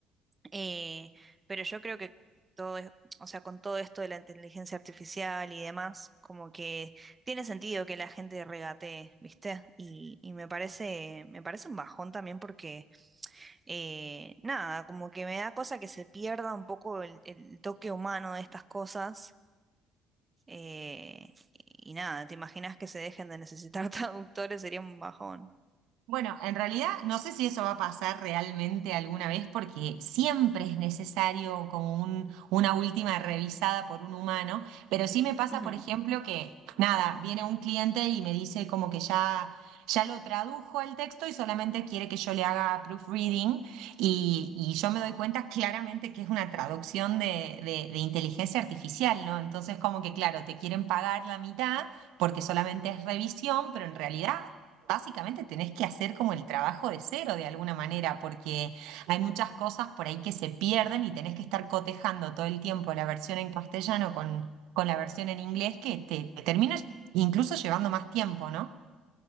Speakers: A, on the right; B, on the right.
A: Eh, pero yo creo que todo es, o sea, con todo esto de la inteligencia artificial y demás, como que tiene sentido que la gente regatee, ¿viste? Y, y me parece, me parece un bajón también porque eh, nada, como que me da cosa que se pierda un poco el, el toque humano de estas cosas. eh, y nada, ¿te imaginas que se dejen de necesitar <laughs> traductores? Sería un bajón.
B: Bueno, en realidad no sé si eso va a pasar realmente alguna vez porque siempre es necesario como un, una última revisada por un humano, pero sí me pasa,
A: Ujú.
B: por ejemplo, que nada, viene un cliente y me dice como que ya, ya lo tradujo el texto y solamente quiere que yo le haga proofreading y, y yo me doy cuenta claramente que es una traducción de, de de inteligencia artificial, ¿no? Entonces como que claro, te quieren pagar la mitad porque solamente es revisión, pero en realidad... Básicamente tenés que hacer como el trabajo de cero de alguna manera, porque hay muchas cosas por ahí que se pierden y tenés que estar cotejando todo el tiempo la versión en castellano con, con la versión en inglés que te, te termina incluso llevando más tiempo, ¿no?